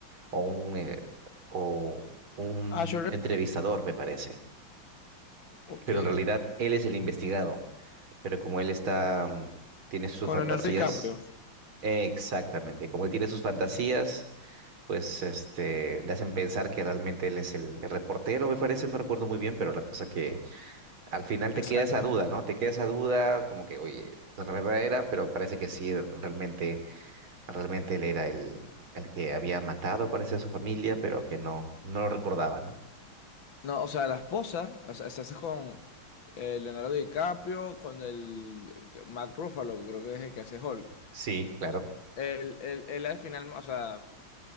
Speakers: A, on the right; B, on the left.
A: o un, eh, o un
B: Ah, Shore-
A: entrevistador, me parece.
B: ok.
A: Pero en realidad él es el investigado. Pero como él está, mm, tiene sus
B: Con
A: fantasías
B: Leonardo DiCaprio. Sí,
A: Exactamente, como él tiene sus fantasías, pues este, le hacen pensar que realmente él es el, el reportero, me parece, no recuerdo muy bien, pero la cosa que al final te
B: Exacto.
A: queda esa duda, ¿no? Te queda esa duda, como que, oye, la verdad era, pero parece que sí, realmente, realmente él era el, el que había matado, parece, a su familia, pero que no, no lo recordaba, ¿no?
B: No, o sea, la esposa, o sea, se hace con eh, Leonardo DiCaprio, con el Mark Ruffalo, que creo que es el que hace Hulk.
A: Sí, claro.
B: Él, él, él al final, o sea,